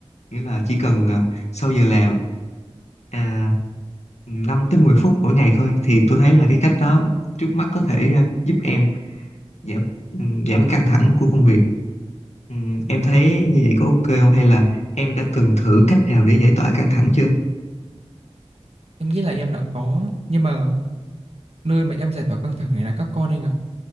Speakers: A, on the left; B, on the right.
A: nghĩa là chỉ cần ờ, sau giờ làm à, 5 tới 10 phút mỗi ngày thôi thì tôi thấy là cái cách đó trước mắt có thể ờ, giúp em giảm ừm, giảm cái căng thẳng của công việc Ừm, em thấy như vậy có ok không hay là em đã từng thử cách nào để giải tỏa căng thẳng chưa
B: Em nghĩ là em đã có nhưng mà nơi mà em giải tỏa căng thẳng này là các con anh ạ.